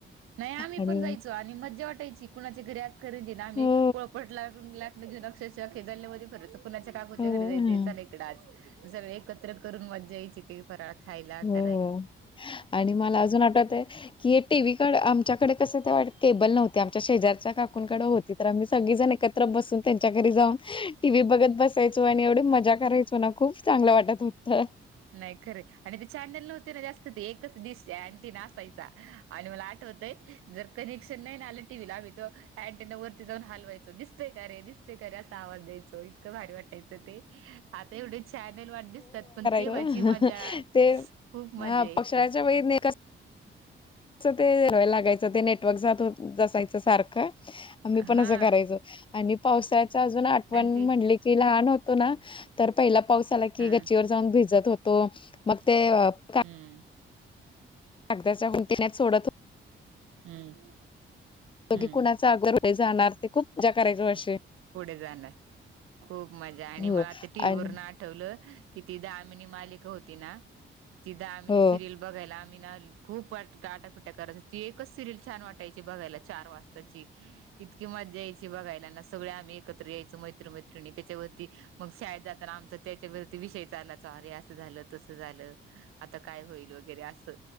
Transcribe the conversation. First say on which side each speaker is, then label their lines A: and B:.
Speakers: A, on the right; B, on the left.
A: नाय आम्ही
B: आणि
A: पण जायचो आणि मज्जा वाटायची कुणाच्या घरी आज करंजी आम्ही
B: हो,
A: पोळपट लाटून लाटण घेन, अक्षरशः आख्या गली मध्ये फीरायचो. कुणाच्या काकूच्या
B: हो.
A: घरी जायचं चाल इकडच आज, सगळे एकत्र करून मजा यायची ते फराळ खायला क
B: हो आणि मला अजून आठवतय, की हे टी वी आमच्याकड कसं ते वाट केबल नव्हती, आमच्या शेजारच्या काकूनकडे होती, तर आम्ही सगळीजण एकत त्र बसून त्यांच्या घरी जाऊन टी व्ही बघत बसायचो, आणि एवढी मजा करायचो ना खूप चांगलं वाटत हुत.
A: नाई खरय आणि ते चॅनल नव्हते ना जास्त, ते एकच डिश अँटीना आसायचा आणि मला आठवतय जर कनेक्शन नाही ना आल टीव्हीळा आमही तर अँटीना वरती जाऊन हलवायचो, दिसतेय का रे दिसतेय का रे असा आवाज द्यायचो इतकं भारी वाटत टायच ते, आता एवढे चॅनल वाट दिसतात पण तेव्हाची
B: हं हं
A: मजा
B: तें
A: खूप मजा यायची
B: पक्ष वे <unintelligible> च ते लागायचं, ते नेटवर्क जात असायचं सारखं. आम्ही
A: हा
B: पण असं करायचो. आणि पावसाळ्याच अजून आठवण
A: आणि ती
B: म्हणले क कि लहान होतो ना. तर पहिला पाऊस आला की
A: हा
B: गचीवर जाऊन भीजत होतो. मग ते अ का
A: हम्म.
B: गदाच्या होड्या सोडत हो
A: हम्म.
B: बाकी
A: हम्म
B: कुणाचा अगोर पुढे जाणार. ते खूप पूजा करायचो अशी.
A: पुढे जाणार. खूप मजा. आणि
B: हो
A: मला आता टीव्ही
B: आणि
A: वरन अट ठवलं. की ति दामिनी मालिक होती ना. ति दामिनी
B: हो,
A: सिरियल बघायला आम्ही ना खूप आटापिटा करायचा. ती एकच सिरियल छान वाटायची बघायला. चार वाजताची. इतकी मजा याची बघायलाना. सगळे आम्ही एकत्र यायचो. मै्र मैत्रिणी. त्याच्यावरती मग शाळेत जाताना आमच त्याच्यावरती विषय चालाचा. अरे असं झालं. तस झालं. आता काय होईल? वगैरे असं.